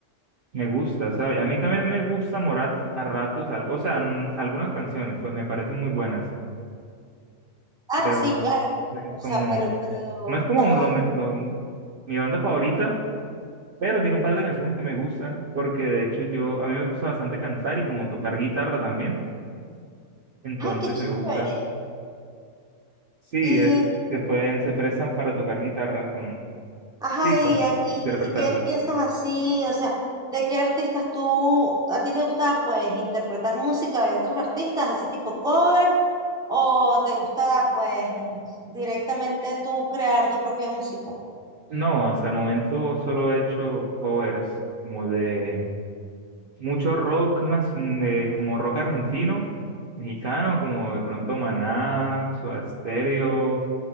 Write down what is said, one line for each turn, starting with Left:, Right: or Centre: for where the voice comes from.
Right: Me gusta, ¿sabes? A mí también me gusta Morat a ratos, al- o sea, n- algunas canciones, pues me parecen muy buenas,
Centre: ah,
Right: pero
Centre: sí,
Right: no
Centre: claro.
Right: es
Centre: O sea,
Right: como,
Centre: pero, pero
Right: no es como
Centre: como,
Right: lo, me- lo- mi banda favorita, pero tiene un par de canciones que me gustan, porque de hecho yo, a mí me gusta bastante cantar y como tocar guitarra también, entonces
Centre: ay, qué chévere.
Right: me gusta. Sí,
Centre: Y
Right: es, se pueden, se prestan para tocar guitarra con,
Centre: Ajá,
Right: sí, para
Centre: y, a- y,
Right: interpretarla.
Centre: y qué piensas así, o sea, ¿de qué artistas tú, a ti te gusta pues interpretar música de otros artistas, así tipo cover, o te gusta pues directamente tú crear tu propia música?
Right: No, hasta el momento solo he hecho covers como de mucho rock nas- eh, como rock argentino, mexicano, como de pronto Maná, Soda Stereo,